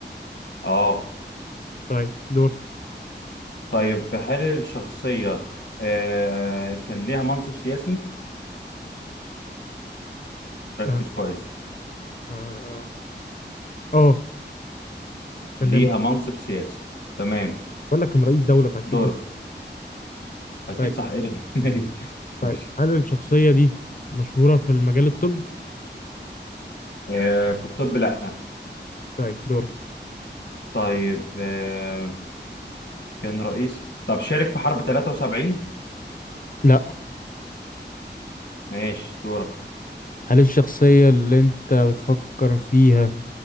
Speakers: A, on the left (about 75°); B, on the left (about 50°).
A: اه
B: طيب دور
A: طيب هل الشخصية آه، كان ليها منصب سياسي؟ ركز
B: اه
A: كويس
B: اه آه. آه، كلمه
A: ليها منصب سياسي تمام
B: بقول لك كان رئيس دوله فاكيد
A: دور
B: هو
A: اكيد
B: طيب
A: صح ايه ده؟ <laughs> ماشي
B: طيب
A: ماشي
B: هل الشخصية دي مشهورة في المجال الطب؟
A: آه في الطب لا
B: طيب دور
A: طيب آه كان رئيس طب شارك في حرب 73
B: لا
A: ماشي دورك
B: هل الشخصية اللي انت بتفكر فيها